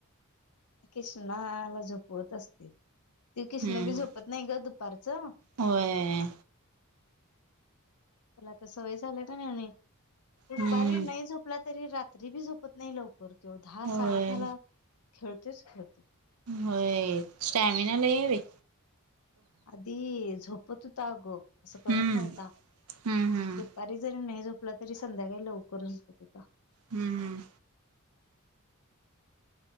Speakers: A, on the left; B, on the right.
A: कृष्णाला झोपवत असते ती कृष्ण
B: हम्म
A: बी झोपत नाही ग दुपारचं.
B: होय.
A: त्याला तर सवय झाल्या का नाही आणि दुपारी
B: हम्म
A: नाही झोपला तरी रात्री बी झोपत नाही लव करतोय दहा
B: होय
A: साडे दहा ला खेळतच खेळतो.
B: होय स्टॅमिना लई ये बई.
A: आधी झोपत होता अगं असं करत
B: हम्म
A: नव्हता
B: हम्म हम्म
A: दुपारी जर नाही झोपला तरी संध्याकाळी लवकर. <unintelligible>
B: हम्म हम्म.